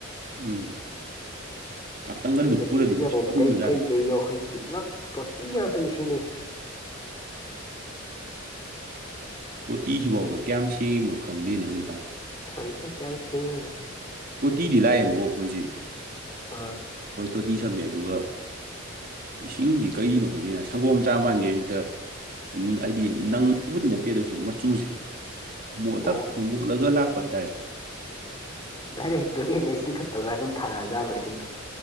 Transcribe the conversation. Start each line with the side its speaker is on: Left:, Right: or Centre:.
Right: ꯎꯝ ꯉꯥꯛꯇꯪꯒ ꯂꯨꯞꯄꯨꯔꯗꯤ
Left: ꯑꯗ ꯏꯔꯨꯖꯕꯧꯕꯗꯩ
Right: ꯃꯨꯁꯨꯛꯀ ꯃꯨꯕꯖꯥꯠꯅꯤ
Left: ꯀꯩꯗꯩꯈꯩꯛꯇꯤ ꯄꯨꯂꯞ ꯇꯣꯇꯤ ꯉꯥꯛꯇꯅꯤ ꯁꯤꯖꯤꯟꯅꯩꯁꯦ
Right: ꯇꯣꯇꯤꯁꯤꯐꯥꯎꯗ ꯀꯌꯥꯝ ꯁꯦꯡꯉꯤꯅꯣ ꯈꯪꯗꯦꯅꯦ ꯍꯧꯖꯤꯛꯀꯥꯟꯁꯦ
Left: ꯈꯪꯗꯦ ꯀꯌꯥ ꯁꯤꯅꯣ
Right: ꯇꯣꯇꯤꯗꯤ ꯂꯥꯛꯑꯦꯕꯀꯣ ꯑꯩꯈꯣꯏꯁꯤꯦ
Left: ꯎ
Right: ꯇꯣꯇꯤ ꯁꯝꯃꯦ ꯑꯗꯨꯒ ꯏꯁꯤꯡꯁꯤ ꯀꯔꯤꯒꯤꯅꯣ ꯈꯪꯗꯦꯅ ꯁꯪꯒꯣꯝ ꯆꯥ ꯃꯥꯟꯒꯦ ꯍꯦꯛꯇ ꯍꯥꯏꯗꯤ ꯅꯪꯉꯕꯨꯗꯤ ꯅꯠꯇꯦ ꯑꯗꯨ ꯑꯣꯏꯁꯨ ꯃꯆꯨꯁꯦ ꯃꯣꯠꯂ
Left: ꯑꯣ
Right: ꯃꯣꯠꯂꯒ ꯂꯥꯛꯄ ꯍꯥꯏꯇꯥꯔꯦ
Left: ꯗꯥꯏꯔꯦꯛꯇꯣ ꯂꯦ ꯂꯩ ꯆꯤꯡꯈꯠꯄꯒ ꯑꯗꯨꯝ ꯊꯥꯔꯛꯑꯖꯥꯠꯂꯣ ꯏꯁꯤꯡꯗꯣ